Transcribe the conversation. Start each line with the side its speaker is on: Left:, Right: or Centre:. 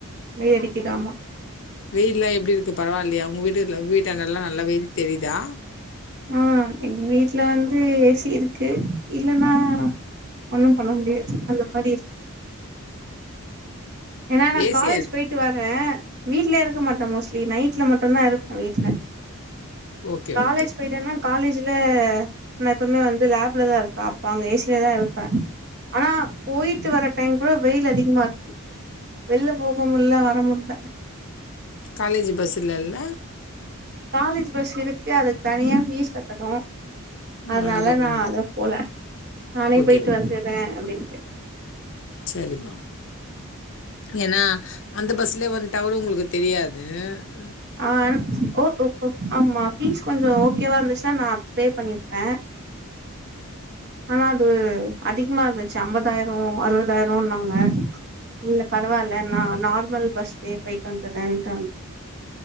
Right: வெயில் அடிக்கிது ஆமா
Left: வெயில்லா எப்டி இருக்கு பரவால்லையா ஒங்க வீட்டுல வீட்டான்டல்லா நல்ல வெயில் தெரிதா
Right: ஆ எங்க வீட்ல வந்து ஏ சி இருக்கு இல்லனா ஒன்னு பண்ண முடியாது அந்த மாரி இருக் ஏனா நா
Left: ஏசியா?
Right: காலேஜ் போயிட் ட்டு வரே வீட்லே இருக்க மாட்டே மோஸ்ட்லி நைட்ல மட்டுந்தா இருப்பே வீட்ல.
Left: Okay,
Right: காலேஜ்
Left: okay.
Right: போயிட்டன்னா காலேஜுல நா எப்புமே வந்து லேப்லதா இருப்பே அப்ப அங்க ஏ சி லதா இருப்பே. ஆனா போயிட்டு வர டைம் கூட வெயில் அதிகமா இர்க்கு. வெள்ல போக முல்ல வர முல்ல.
Left: காலேஜ் பஸ்சு இல்லல்ல.
Right: காலேஜ் பஸ் இருக்கு அதுக் தனியா ஃபீஸ் கட்டணு. அதனால
Left: அழகா
Right: நா
Left: ம்.
Right: அதல போல நானே
Left: ஓகே.
Right: போய்ட்டு வந்துறே அப்டின்ட்டு.
Left: செரிமா. ஏனா அந்த பஸ்லியே வந்ட்டாகூட உங்களுக்கு தெரியாது ம்.
Right: ஆ என் ஒ ஒ ஒ ஆமா ஃபீஸ் கொஞ்சோ ஓகேவா இருந்துச்னா நா பே பண்ணிர்ப்பே. ஆனா அது அதிகமா இருந்துச்சு அம்பதாயிரோ அறுவதாயிரோன்னாங்க. இல்ல பரவால்ல நா நார்மல் பஸ்லியே போயிட்டு வந்துர்றன்ட்டு வந்